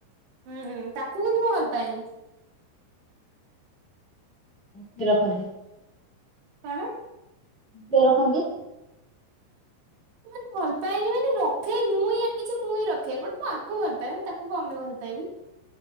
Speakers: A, on the right; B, in the centre.
A: ହୁଁଁ ହୁଁ ତାକୁ କିନ୍ତୁ ମୁଁ ଭଲ ପାଏନି।
B: ଅଧିର କାଲି
A: ତାଣମ୍
B: କିଏ ରଖନ୍ତି?
A: ମାନେ ଭଲ ପାଏନି ମାନେ ରଖେ ମୁଇଁ କିଛି ମୁଇଁ ରଖେ ବଟ ମୁଁ ଆକୁ ଭଲ ପାଏ ମୁଁ ତାକୁ କଣପେ ଭଲ ପାଇବି।